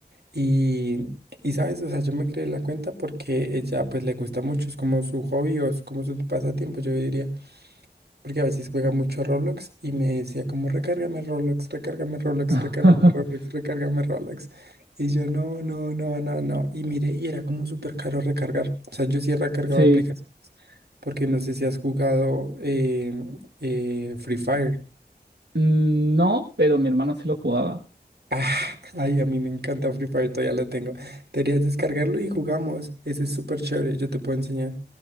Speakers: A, on the right; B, on the right.
A: Y, y sabes, o sea, yo me creé la cuenta porque ella pues le gusta mucho, es como su hobby o es como su pasatiempo, yo diría. Porque a veces juega mucho Roblox y me decía como recárgame Roblox, recárgame Roblox,
B: <laughs>
A: recárgame Roblox, recárgame Roblox. Y yo no, no, no, no, no. Y miré y era como súper caro recargar. O sea, yo sí he recargado
B: Sí.
A: aplicaciones. Porque no sé si has jugado eh, eh, Free Fire.
B: Mm, No, pero mi hermano sí lo jugaba.
A: Ah, ay, a mí me encanta Free Fire, todavía lo tengo. Deberías descargarlo y jugamos. Ese es súper chévere, yo te puedo enseñar.